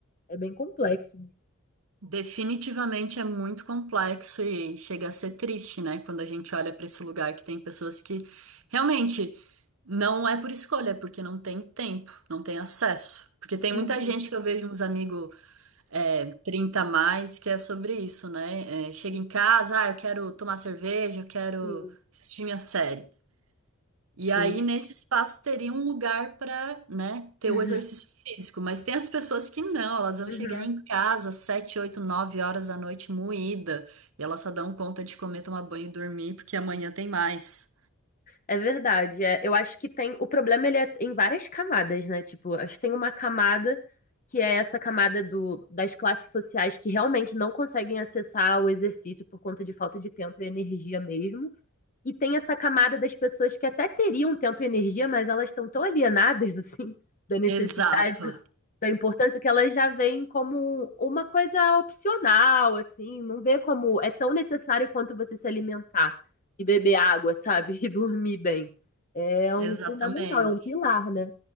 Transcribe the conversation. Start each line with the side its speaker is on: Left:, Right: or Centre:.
Left: É bem complexo. mesmo.
Right: Definitivamente é muito complexo e chega a ser triste, né? Quando a gente olha para esse lugar que tem pessoas que realmente não é por escolha, é porque não tem tempo, não tem acesso. Porque tem
Left: Uhum,
Right: muita gente que eu vejo uns amigos é, 30 a mais que é sobre isso, né? É, chega
Left: uhum.
Right: em casa, ah, eu quero tomar cerveja, eu quero
Left: Sim,
Right: assistir minha série. E aí,
Left: sim.
Right: nesse espaço, teria um lugar para, né, ter
Left: Uhum,
Right: o exercício físico. Mas tem as pessoas que não, elas vão
Left: uhum.
Right: chegar em casa às 7, 8, 9 horas da noite moída. E elas só dão conta de comer, tomar banho e dormir, porque
Left: Sim.
Right: amanhã tem mais.
Left: É verdade. é. eu acho que tem. O problema ele é em várias camadas, né? Tipo, acho que tem uma camada que é essa camada do, das classes sociais que realmente não conseguem acessar o exercício por conta de falta de tempo e energia mesmo. E tem essa camada das pessoas que até teriam tempo e energia, mas elas estão tão alienadas, <laughs> assim, da necessidade
Right: Exato,
Left: da importância que elas já veem como uma coisa opcional, assim, não vê como é tão necessário quanto você se alimentar e beber água, sabe? <laughs> E dormir bem. É um
Right: exatamente.
Left: fundamental, é um pilar, né?